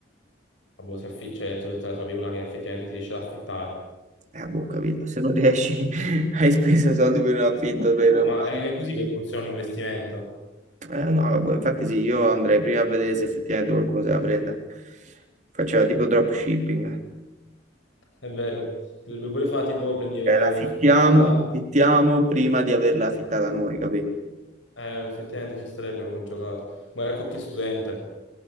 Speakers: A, on the left (about 85°); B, on the right (about 40°).
A: Boh, si afficcia e tu te ne trovi una che effettivamente si riesce ad affittare.
B: Eh, boh, capito, se non riesci, <laughs> hai speso i soldi per un affitto, per
A: Boh,
B: un-
A: ma è così che funziona un investimento,
B: Eh, no, boh, infatti sì, io andrei prima a vedere se effettivamente qualcuno se la prende. Facciamo tipo dropshipping.
A: è vero. Ti dovrebbe pure fare tipo prendi vuoi
B: Eh, la affittiamo,
A: affittare una casa,
B: la affittiamo prima di averla affittata noi, capito?
A: eh, effettivamente ci starebbe come giocato. Magari qualche studente.